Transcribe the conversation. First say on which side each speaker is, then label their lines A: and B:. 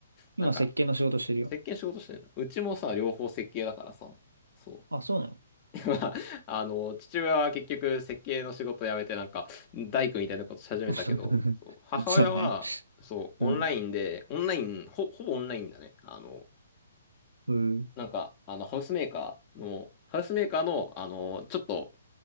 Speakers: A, on the right; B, on the left.
A: 今、
B: なんか、
A: 設計の仕事してるよ。
B: 設計の仕事してるのうちもさ、両方設計だからさ。そ
A: あ、そうなの
B: う。<laughs> まあ、あの、父親は結局設計の仕事辞めてなんか、大工みたいなことし始めたけど、
A: <laughs>
B: そう、母親は、
A: そうだね。
B: そう、
A: うん。
B: オンラインで、オンライン、ほ、ほぼオンラインだね。あの、
A: うん。
B: なんか、あの、ハウスメーカーの、ハウスメーカーの、あの、ちょっと、